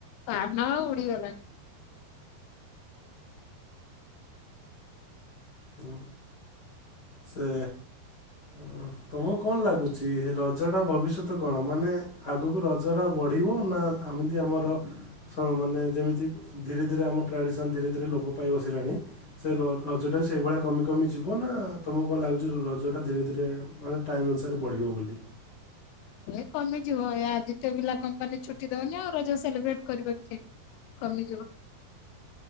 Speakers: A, on the left; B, on the left.
A: ପାନ ଆଉ ଉଡିଗଲାଣି।
B: ଉଁ ସେ ଅଁ। ତମକୁ କଣ ଲାଗୁଛି ରଜଟା ଭବିଷ୍ୟତ କଣ ମାନେ ଆଗକୁ ରଜଟା ବଢ଼ିବ ନା ଆମିତି ଆମର ସ ମାନେ ଯେମିତି ଧୀରେ ଧୀରେ ଆମ ଟ୍ରାଡ଼ିସନ୍ ଧୀରେ ଧୀରେ ଲୋପ ପାଇ ବସିଲାଣି। ସେ ଲୋ ରଜଟା ବି ସେ ସେଇଭଳିଆ କମି କମି ଯିବ ନା ତୁମକୁ କଣ ଲାଗୁଛି ରଜଟା ଧୀରେ ଧୀରେ ମାନେ ଟାଇମ୍ ଅନୁସାରେ ବଢ଼ିବ ବୋଲି।
A: ଏ କମିଯିବ ୟା ଯେତେବି ଲା କମ୍ପାନୀ ଛୁଟି ଦଉନି ଆଉ ର ଜ ସେଲିବ୍ରେଟ କରିବ କିଏ କମିଯିବ।